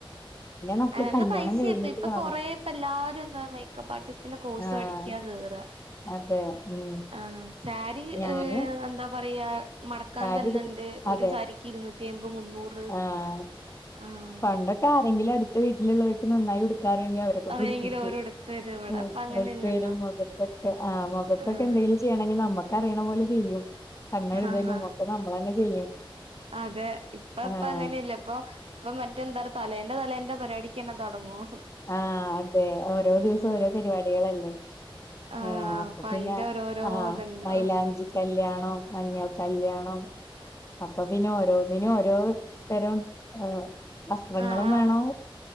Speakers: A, on the left; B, on the right.
A: നമ്മള്
B: അല്ല
A: കല്യാണം
B: പൈസ
A: കഴിഞ്ഞിട്ട്
B: അപ്പ ഇപ്പൊ
A: കാണണം
B: കൊറേപ്പ എല്ലാരും എന്താ മേക്കപ്പ് ആർട്ടിസ്റ്റിന്റെ കോഴ്സ്
A: ആഹ്
B: പഠിക്കാ കേയറുക
A: അതെ ഉം
B: ആഹ സാരി
A: ഞാന്
B: ഏ എന്താ പറയാ മറക്കാൻ
A: സാരി
B: തന്നണ്ട്
A: ഉടുക്കും അതെ
B: ഒരു സാരിക്ക് ഇരുന്നൂറ്റി അമ്പത് മുന്നൂറ്
A: ആഹ്
B: ആഹ്
A: പണ്ടൊക്കെ ആരെങ്കിലും അടുത്ത വീട്ടിലുള്ളവർക്ക് നന്നായി ഉടുക്കാറങ്ക അവരെ കൊൊണ്ട്
B: ആരെങ്കിലും
A: ഉടുപ്പിക്കൂ
B: ഓരോടുത്ത് തരും ഇവിടെ
A: മം
B: അപ്പൊ അങ്ങനെയല്ലല്ലോ
A: എടുത്തരും മുഖത്തെക്കെ ആ മുഖത്തെക്കെ
B: ആഹ്
A: എന്തേലും ചെയ്യണെങ്കിൽ നമ്മക്ക് അറിയണപോലെ ചെയ്യും കണ്ണ് എഴുതലും
B: ആഹ്
A: <unintelligible> ചെയ്യും
B: അതെ ഇപ്പ
A: ആഹ്
B: ഇപ്പ അങ്ങനെയല്ലേ ഇപ്പോ ഇപ്പം മറ്റെന്താ തലേന്റെ തലേന്റെ പരിപാടി യെക്കെ തൊടങ്ങുവാ
A: ആ അതെ ഓരോ ദിവസവും
B: ആഹ്
A: ഓരോ പരിപാടികളല്ലേ
B: ആഹ്
A: ആ അപ്പോ
B: അപ്പൊ
A: പിന്നെ
B: അയിന്റെ ഓരോരോ
A: ആ
B: ഇത്ണ്ടാവും
A: മൈലാഞ്ചി കല്യാണം ണം മഞ്ഞൾ കല്യാണം. അപ്പോ പിന്നെ ഓരോനിന്നും ഓരോ തരം ആ വസ്ത്രങ്ങളും
B: ആഹ്
A: വേണം